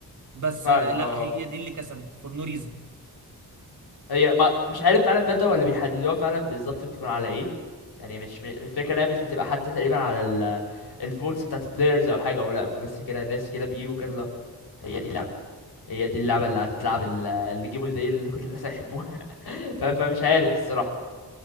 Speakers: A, on the right; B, on the left.
A: بس
B: فعلا
A: آه، لا
B: اه
A: هي دي اللي كسبت فور نو ريزن
B: هي ما مش عارف فعلا بدأ ولا بيحددوها فعلا بالظبط بتكون على ايه يعني مش م- الفكره ان هي مش بتبقى حتى تقريبا على ال الفوتس بتاعت البلايرز او حاجه ولا بس كده ناس كده بيجوا كده لا، هي دي اللعبه هي دي اللعبة اللي هتتلعب ال- اللي جيمه زي اللي كل الناس هيحبوها <laughs> ف- فمش عارف الصراحة